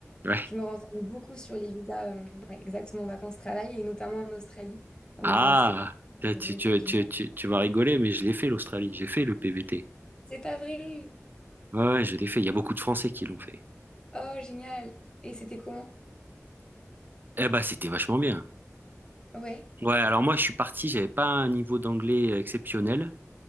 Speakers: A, on the right; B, on the left.
A: Ouais.
B: je me renseigne beaucoup sur les visas, euh, ouais, exactement vacances-travail et notamment en Australie. Ça
A: Ah,
B: m'intéresserait.
A: tu,
B: C'est vrai,
A: tu,
B: ça, génial.
A: tu, tu, tu vas rigoler, mais je l'ai fait l'Australie, j'ai fait le PVT.
B: C'est pas vrai!
A: Ouais, ouais, je l'ai fait. Il y a beaucoup de Français qui l'ont fait.
B: Oh, génial! Et c'était comment?
A: Eh ben, c'était vachement bien.
B: Ouais,
A: Ouais, alors moi je suis parti, j'avais pas un niveau d'anglais euh, exceptionnel.